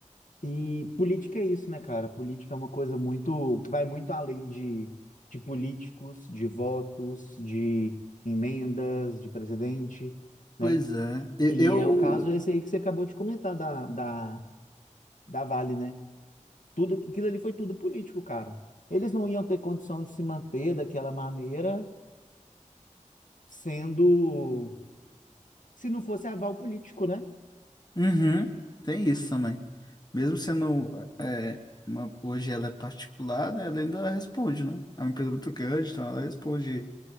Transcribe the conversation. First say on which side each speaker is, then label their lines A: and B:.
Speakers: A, on the left; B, on the left.
A: E política é isso, né, cara? Política é uma coisa muito, que vai muito além de, de políticos, de votos, de emendas, de presidente, né?
B: Pois é. E-
A: E
B: Eu.
A: é o caso esse aí que você acabou de comentar da, da, da Vale, né? Tudo, aquilo ali foi tudo político, cara. Eles não iam ter condição de se manter daquela maneira, sendo, se não fosse aval político, né?
B: Uhum. Tem isso também. Mesmo sendo. é, uma- Hoje ela é particular, né? Ela ainda responde, né? É uma empresa muito grande, então ela responde